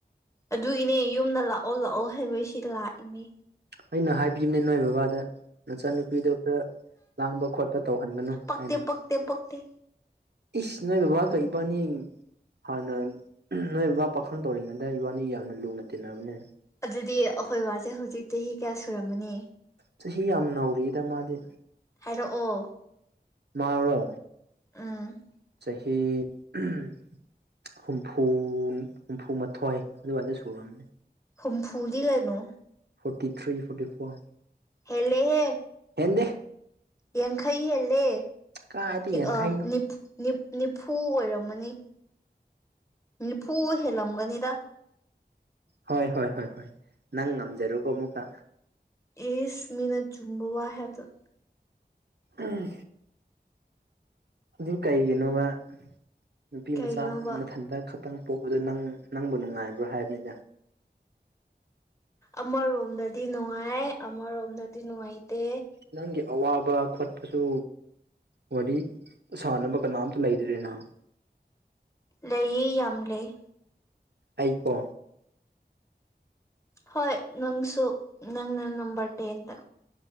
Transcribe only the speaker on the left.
ꯑꯗꯨꯒꯤꯅꯦ ꯌꯨꯝꯗ ꯂꯥꯛꯑꯣ ꯂꯥꯛꯑꯣ ꯍꯥꯏꯕ ꯁꯤꯗꯥ ꯂꯥꯛꯏꯅꯦ
ꯄꯛꯇꯦ
ꯄꯛꯇꯦ ꯄꯛꯇꯦ
ꯑꯗꯨꯗꯤ ꯑꯩꯈꯣꯏ ꯕꯥꯁꯦ ꯍꯧꯖꯤꯛ ꯆꯍꯤ ꯀꯌꯥ ꯁꯨꯔꯝꯃꯅꯤ
ꯍꯥꯏꯔꯛꯑꯣ
ꯎꯝ
ꯍꯨꯝꯐꯨꯗꯤ ꯀꯩꯅꯣ
ꯍꯦꯜꯂꯦꯍꯦ
ꯌꯥꯡꯈꯩ ꯍꯦꯜꯂꯦ
ꯑꯥ ꯅꯤ ꯅꯤꯝ ꯅꯤꯐꯨ ꯑꯣꯏꯔꯝꯃꯅꯤ ꯅꯤꯐꯨ ꯍꯦꯜꯂꯝꯒꯅꯤꯗ
ꯑꯦꯁ ꯃꯤꯅ ꯆꯨꯝꯕ ꯋꯥ ꯍꯥꯏꯕꯗꯣ
ꯀꯩꯒꯤꯅꯣꯕ
ꯑꯃꯔꯣꯝꯗꯗꯤ ꯅꯨꯡꯉꯥꯑꯦ ꯑꯃꯔꯣꯝꯗꯗꯤ ꯅꯨꯡꯉꯥꯏꯇꯦ꯫
ꯂꯩꯌꯦ ꯌꯥꯝ ꯂꯩ꯫
ꯍꯣꯏ ꯅꯪꯁꯨ ꯅꯪꯅ ꯅꯝꯕꯔ ꯇꯦꯟꯗ꯫